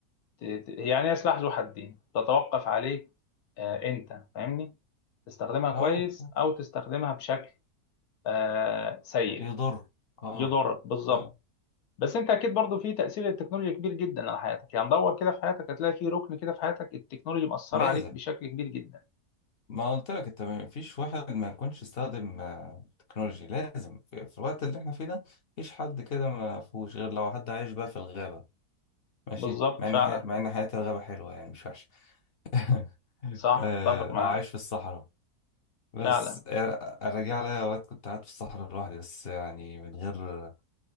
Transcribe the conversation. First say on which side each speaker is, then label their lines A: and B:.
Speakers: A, on the left; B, on the left.
A: ت- ت- يعني هي سلاح ذو حدين تتوقف عليك آه، أنت فاهمني تستخدمها كويس
B: اه
A: أو تستخدمها بشكل آه، سيء
B: يضر اه
A: يضرك بالظبط
B: ف...
A: بس انت اكيد برضو في تاثير التكنولوجيا كبير جدا على حياتك يعني دور كده في حياتك هتلاقي في ركن كده في حياتك التكنولوجيا مأثره
B: لازم
A: عليك بشكل كبير جدا
B: ما قلت لك انت ما فيش واحد ما يكونش استخدم آه، تكنولوجي لازم في في الوقت اللي احنا فيه ده مفيش حد كده ما فيهوش غير لو حد عايش بقى في الغابة ماشي
A: بالظبط
B: مع ان
A: فعلا
B: حي... مع ان حياة الغابة حلوة يعني مش وحشة <laughs>
A: صح
B: آه،
A: اتفق معاك
B: عايش في الصحراء بس
A: فعلا
B: يعني ارجع لي اوقات كنت قاعد في الصحراء لوحدي بس يعني من غير